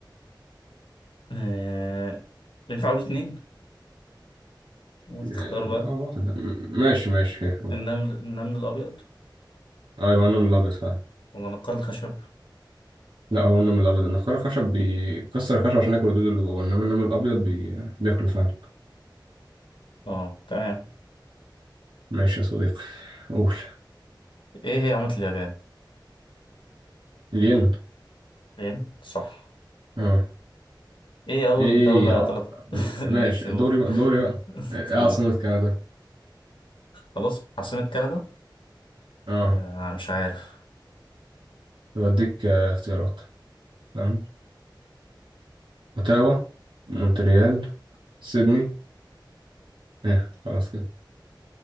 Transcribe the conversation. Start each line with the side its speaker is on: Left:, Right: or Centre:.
Left: آه، ينفع أقول اتنين؟ وتختار
Right: آه، لا
Left: بقى
Right: واحدة م- ماشي ماشي هي هو
Left: النمل النمل الأبيض
Right: ايوه النمل الابيض فعلا
Left: ولا نقار الخشب؟
Right: لا هو النمل الابيض النخاع الخشب بيكسر الخشب عشان ياكل الدود اللي جوه انما النمل الابيض بي... بياكله فعلا
Left: أه تمام
Right: ماشي يا صديقي قول
Left: إيه هي عملة اليابان؟
Right: الين
Left: الين صح
Right: اه
Left: إيه أول
Right: ايه
Left: دولة
Right: آه،
Left: طلعت
Right: م-
Left: <laughs>
Right: ماشي
Left: ماشي و-
Right: دوري بقى دوري بقى
Left: <laughs>
Right: ايه
Left: تقول
Right: عاصمة كندا
Left: خلاص عاصمة كندا؟
Right: اه
Left: آه أنا مش عارف
Right: بديك آه، اختيارات تمام اوتاوا مونتريال سيدني ايه خلاص كده